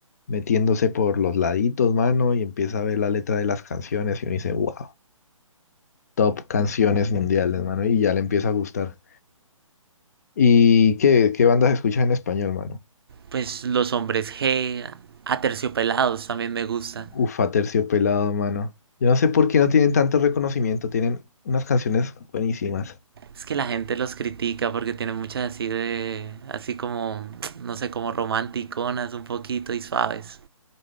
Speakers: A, on the left (about 30°); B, on the right (about 45°).
A: metiéndose por los laditos, mano, y empieza a ver la letra de las canciones y uno dice, wow, top canciones mundiales, mano, y ya le empieza a gustar. ¿Y qué, qué bandas escuchas en español, mano?
B: Pues los hombres G, aterciopelados también me gusta.
A: Ufa, Terciopelado, mano. Yo no sé por qué no tienen tanto reconocimiento, tienen unas canciones buenísimas.
B: Es que la gente los critica porque tienen muchas así de, así como, no sé, como romanticonas un poquito y suaves.